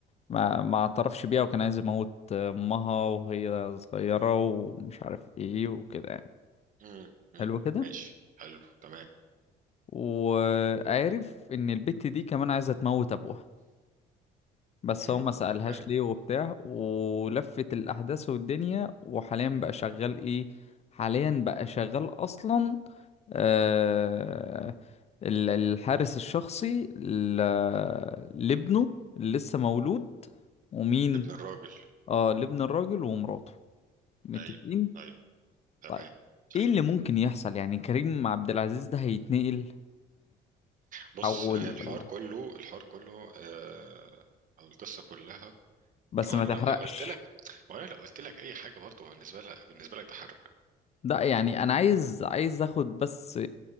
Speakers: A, on the left; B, on the right.
A: ما ما اعترفش بيها وكان عايز يموت امها وهي صغيرة ومش عارف ايه وكده يعني
B: مم، مم،
A: حلو كده
B: ماشي حلو تمام
A: وعارف ان البت دي كمان عايزة تموت ابوها بس
B: مم،
A: هو ما سألهاش
B: تمام
A: ليه وبتاع ولفت الأحداث والدنيا وحاليا بقى شغال إيه حاليا بقى شغال أصلا آه ال- الحارس الشخصي ل- لابنه اللي لسه مولود ومين
B: لابن الراجل
A: اه لابن الراجل ومراته متفقين
B: ايوه ايوه تمام
A: طيب ايه
B: حقيقي
A: اللي ممكن يحصل يعني كريم عبد العزيز ده هيتنقل
B: بص
A: هيتحول
B: هي الحوار
A: ولا
B: كله الحوار كله آه، او القصه كلها
A: بس
B: ما هو
A: ما
B: انا
A: تحرقش
B: لو حاولت لك ما هو انا لو قلت لك اي حاجه برضه بالنسبه لك بالنسبه لك ده حرق
A: لا يعني انا عايز عايز اخد بس